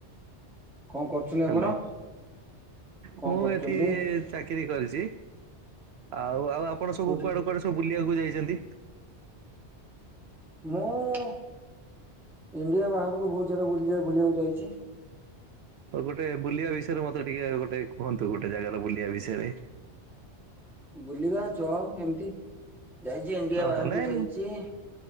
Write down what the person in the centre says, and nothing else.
କଣ କରୁଛନ୍ତି
ଆପଣ କଣ
କରୁଛନ୍ତି
କୋଉଠି
ମୁଁ ଇଣ୍ଡିଆ ବାହାରକୁ ବହୁତ ଜାଗା ବୁଲି ବୁଲିବାକୁ ଯାଇଚି।
ବୁଲିବା ଜବ୍ ଏମିତି ଯାଇଛି ଇଣ୍ଡିଆ
ବାହାରକୁ
ଯାଇଛି।